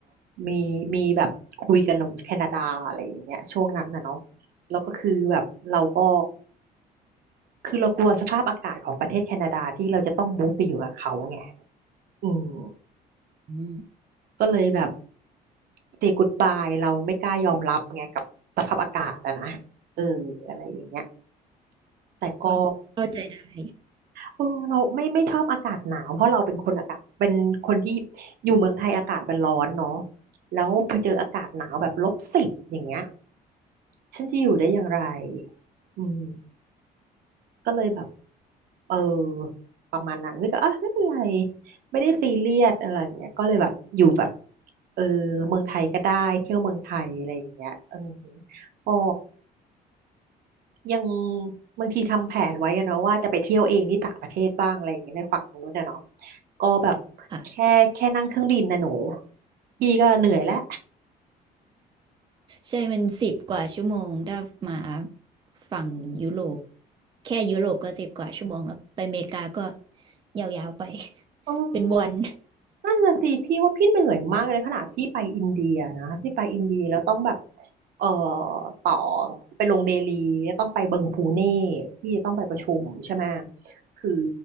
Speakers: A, on the right (about 65°); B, on the right (about 30°).
A: มีมีแบบคุยกับหนุ่มแคนาดาอะไรอย่างเงี้ยช่วงนั้นน่ะเนาะแล้วก็คือแบบเราก็คือเรากลัวสภาพอากาศของประเทศแคนาดาที่เราจะต้องมูฟไปอยู่กับเขาไงอืม
B: อืม
A: ก็เลยแบบ say goodbye เราไม่กล้ายอมรับไงกับสภาพอากาศอะนะเอออะไรอย่างเงี้ย แต่ก็
B: ก็เข้าใจได้
A: เออเราไม่ไม่ชอบอากาศหนาวเพราะเราเป็นคนอากาศเป็นคนที่อยู่เมืองไทยอากาศมันร้อนเนาะแล้วพอเจออากาศหนาวแบบลบสิบอย่างเงี้ยฉันจะอยู่ได้อย่างไรอืมก็เลยแบบเออประมาณนั้นพี่ก็อ่ะไม่เป็นไรไม่ได้ซีเรียสอะไรอย่างเงี้ยก็เลยแบบอยู่แบบเออเมืองไทยก็ได้เที่ยวเมืองไทยอะไรอย่างเงี้ยเออก็ ยังบางทีทำแผนไว้อะเนาะว่าจะไปเที่ยวเองที่ต่างประเทศบ้างอะไรอย่างเงี้ยในฝั่งนู้นอะเนาะก็แบบแค่แค่นั่งเครื่องบินนะหนู
B: ค่ะ
A: พี่ก็เหนื่อยแล้ว
B: ใช่มันสิบกว่าชั่วโมงถ้ามาฝั่งยุโรปแค่ยุโรปก็สิบกว่าชั่วโมงแล้วไปอเมริกาก็ยาวๆไป <laughs>
A: <laughs>
B: เป็นวัน
A: นั่นน่ะสิพี่ว่าพี่เหนื่อยมากเลยขนาดพี่ไปอินเดียนะพี่ไปอินเดียแล้วต้องแบบเอ่อต่อไปลงเดลีแล้วต้องไปเบิงพูเน่พี่จะต้องไปประชุมใช่ไหมคือ